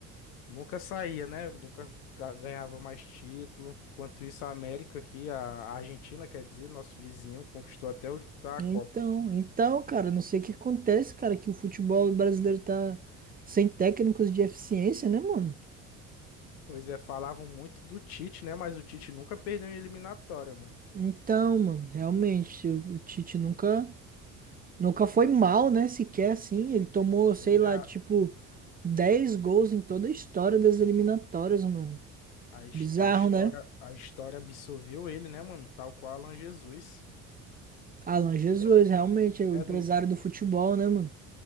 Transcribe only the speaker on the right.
Então,
então, cara, não sei o que acontece, cara, que o futebol brasileiro tá sem técnicos de eficiência, né, mano?
Então, mano, realmente, o o Tite nunca, nunca foi mal, né, sequer assim. Ele tomou,
sei lá,
tipo, 10 gols em toda a história das eliminatórias, mano.
Bizarro,
né?
Alan Jesus,
realmente, é o
empresário
do futebol, né, mano?